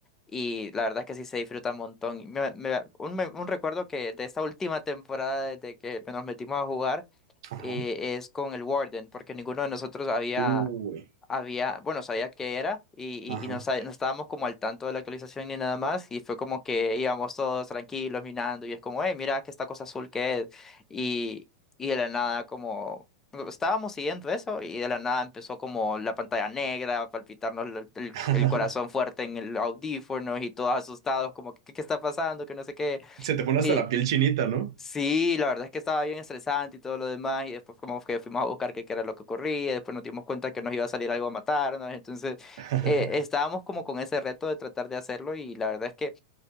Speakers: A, on the left; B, on the right.
A: Y la verdad es que sí se disfruta un montón. Y me- me- un, me- un recuerdo que de esta última temporada, desde que nos metimos a jugar,
B: Ajá.
A: eh, es con el Warden, porque ninguno de nosotros había,
B: Uy.
A: había, bueno, sabía qué era y,
B: Ajá.
A: y, y no, sa- no estábamos como al tanto de la actualización ni nada más. Y fue como que íbamos todos tranquilos, minando, y es como, hey, mira que esta cosa azul que es. Y, y de la nada, como estábamos siguiendo eso y de la nada empezó como la pantalla negra a palpitarnos el, el-
B: <laughs>
A: el corazón fuerte en el audífono y todos asustados como ¿qué, qué está pasando? que no sé qué.
B: Se te pone
A: Y
B: hasta la piel chinita, ¿no?
A: sí, la verdad es que estaba bien estresante y todo lo demás y después como que fuimos a buscar qué, qué era lo que ocurría y después nos dimos cuenta que nos iba a salir algo a matarnos. Entonces
B: <laughs>
A: eh, estábamos como con ese reto de tratar de hacerlo y la verdad es que...